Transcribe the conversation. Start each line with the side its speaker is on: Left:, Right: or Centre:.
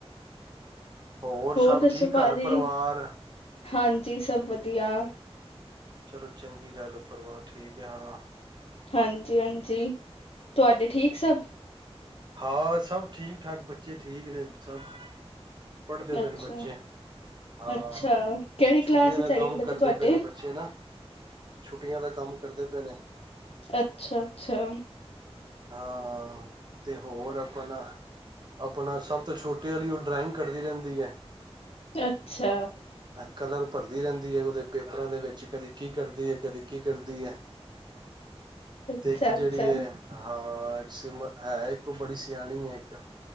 Right: ਹੋਰ ਸਭ
Left: ਦੱਸੋ
Right: ਠੀਕ
Left: ਭਾਜੀ
Right: ਘਰ ਪਰਵਾਰ?
Left: ਹਾਂਜੀ, ਸਭ ਵਧੀਆ।
Right: ਚਲੋ ਚੰਗੀ ਗੱਲ ਏ, ਪਰਵਾਾਰ ਠੀਕ ਏ ਹਾਂ।
Left: ਹਾਂਜੀ-ਹਾਂਜੀ। ਤੁਹਾਡੇ ਠੀਕ ਸਭ?
Right: ਹਾਂ ਸਭ ਠੀਕ ਠਾਕ ਬੱਚ ਬੱਚੇ ਠੀਕ ਨੇ ਸਭ। ਪੜ੍ਹਦੇ ਪਏ
Left: ਅੱਛਾ
Right: ਨੇ ਬੱਚੇ, ਹਾਂ
Left: ਅੱਛਾ ਕਿਹੜੀ
Right: ਛੁੱਟੀਆਂ
Left: ਕਲਾਸ
Right: ਦਾ
Left: ਵਿੱਚ ਹੈਗੇ
Right: ਕੰਮ
Left: ਨੇ ਬੱਚੇ
Right: ਕਰਦੇ
Left: ਤੁਹਾਡੇ
Right: ਪਏ ਨੇ ਬੱਚੇ ਨਾ, ਛੁੱਟੀਆਂ ਦਾ ਕੰਮ ਕਰਦੇ <unintelligible>
Left: ਅੱਛਾ-ਅੱਛਾ।
Right: ਹਾਂ ਤੇ ਹੋਰ ਆਪਣਾ-ਆਪਣਾ ਸਭ ਤੋਂ ਛੋਟੀ ਵਾਲੀ ਉਹ ਡਰਾਇੰਗ ਕਰਦੀ ਰਹਿੰਦੀ ਏ।
Left: ਅੱਛਾ।
Right: ਕਲਰ ਭਰਦੀ ਰਹਿੰਦੀ ਹੈ, ਉਹਦੇ ਪੇਪਰਾਂ ਦੇ ਵਿੱਚ ਕਦੇ ਕੀ ਕਰਦੀ ਹੈ, ਕਦੀ ਕੀ ਕਰਦੀ ਹੈ।
Left: ਅੱਛਾ
Right: ਤੇ ਇੱਕ ਜਿਹੜੀ
Left: ਅੱਛਾ
Right: ਏ। ਹਾਂ ਹੈ ਇੱਕ ਉਹ ਬੜੀ ਸਿਆਣੀ ਏ ਇੱਕ,